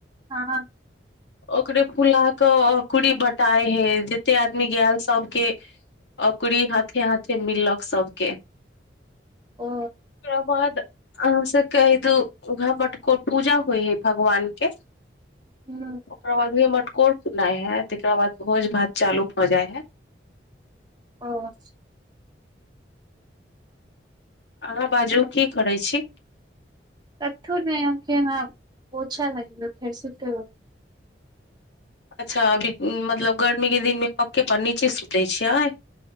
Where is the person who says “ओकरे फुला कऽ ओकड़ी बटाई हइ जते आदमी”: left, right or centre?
Left